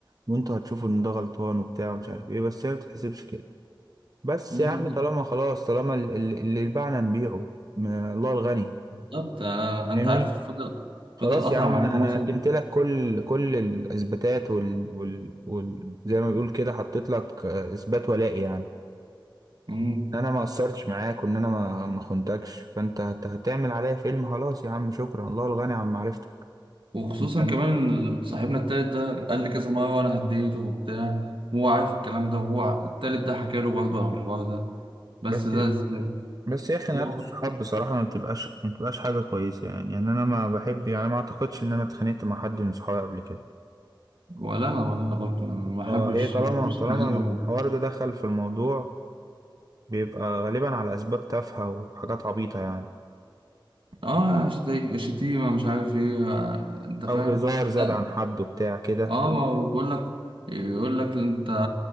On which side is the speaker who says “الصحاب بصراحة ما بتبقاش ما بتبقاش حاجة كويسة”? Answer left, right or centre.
Right